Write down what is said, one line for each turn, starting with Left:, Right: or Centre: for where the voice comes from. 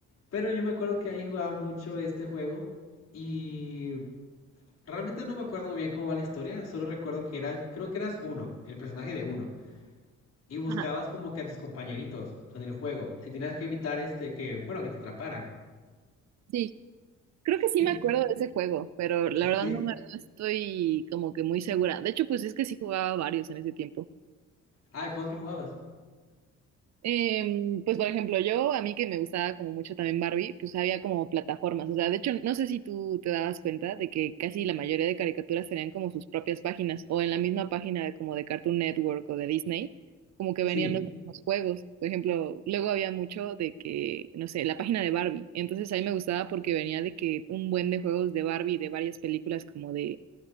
Left: Pero yo me acuerdo que ahí jugaba mucho este juego. Y Realmente no me acuerdo muy bien cómo va la historia, solo recuerdo que era, creo que eras uno, el personaje de uno, y buscabas
Right: Ajá,
Left: como que a tus compañeritos en el juego, y tenías que evitar este que, bueno, que te atraparan.
Right: sí, creo que sí
Left: Y
Right: me
Left: pu-
Right: acuerdo de ese juego, pero la verdad
Left: sí.
Right: no, me- no estoy como que muy segura. De hecho, pues es que sí jugaba varios en ese tiempo.
Left: Ah, ¿y cuatro jugabas?
Right: Em, pues por ejemplo, yo, a mí que me gustaba como mucho también Barbie, pues había como plataformas, o sea, de hecho, no sé si tú te dabas cuenta de que casi la mayoría de caricaturas tenían como sus propias páginas o en la misma página de- como de Cartoon Network o de Disney, como que
Left: Sí,
Right: venían los, los juegos, por ejemplo, luego había mucho de que, no sé, la página de Barbie, entonces a mí me gustaba porque venía de que un buen de juegos de Barbie, de varias películas como de